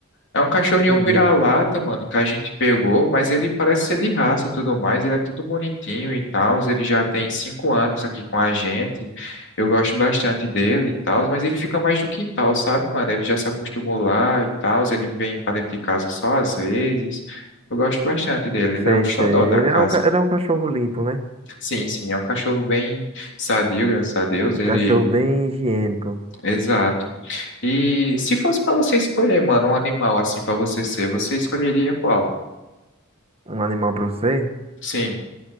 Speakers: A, on the left; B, on the right.
A: É um cachorrinho
B: entendi.
A: vira-lata, mano, que a gente pegou, mas ele parece ser de raça e tudo mais, ele é tudo bonitinho e tal, ele já tem cinco anos aqui com a gente, eu gosto bastante dele e tal, mas ele fica mais no quintal, sabe, mano? Ele já se acostumou lá e tal, ele vem pra dentro de casa só às vezes, eu gosto bastante dele, ele
B: Sei,
A: é o xodó
B: sei.
A: da
B: Ele
A: casa.
B: é um, ca- ele é um cachorro limpo, né?
A: Sim, sim, é um cachorro bem sadio, graças a Deus,
B: Um
A: ele...
B: cachorro bem higiênico.
A: Exato. E se fosse pra você escolher, mano, um animal assim pra você ser, você escolheria qual?
B: Um animal pra você?
A: Sim.